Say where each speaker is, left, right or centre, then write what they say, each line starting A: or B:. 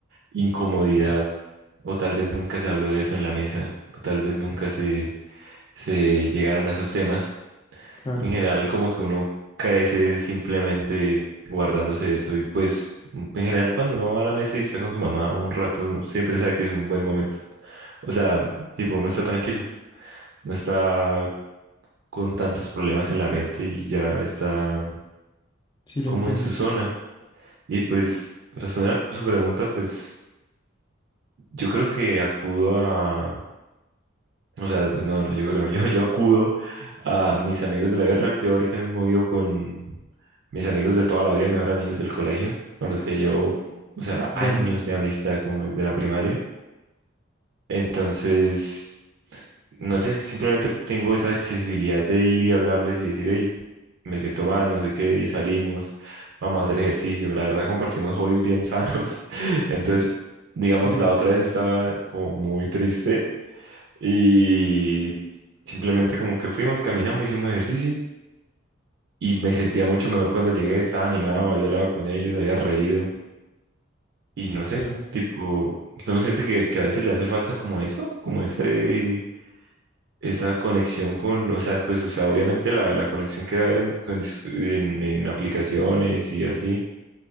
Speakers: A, on the right; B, on the left.
A: incomodidad
B: o sea,
A: o tal vez nunca se habló de eso en la mesa o tal vez nunca se, se llegaron a esos temas
B: claro,
A: en general, como que uno crece simplemente guardándose eso y pues mm, en general cuando uno va a la mesa y está con su mamá un rato, uno siempre sabe que es un buen momento. O sea, tipo, uno está tranquilo, no está con tantos problemas en la mente y ya está
B: sí lo
A: como
B: entiendo.
A: en su zona. Y pues, para responder a su pregunta, pues yo creo que acudo a O sea, pues no, no, yo creo, yo, yo acudo a mis amigos de la vida real. Yo ahorita mismo vivo con mis amigos de toda la vida, mejor amigos del colegio, con los que llevo, o sea,
B: Vale,
A: años de amistad como desde la primaria. Entonces, no sé, simplemente tengo esa accesibilidad de ir y hablarles y decir, hey, me siento mal, no sé qué, y salimos, vamos a hacer ejercicio. La verdad, compartimos hobbies bien sanos. <laughs> Entonces, digamos,
B: <laughs>
A: la otra vez estaba como muy triste y simplemente como que fuimos, caminamos, hicimos ejercicio y me sentía mucho mejor cuando llegué, estaba animado, había hablado con ellos, había reído y no sé,
B: claro.
A: tipo, ¿usted no siente que, que a veces le hace falta como eso, como ese, esa conexión con, o sea, pues, o sea, obviamente la, la conexión que va a haber en, con dis- en en aplicaciones y así?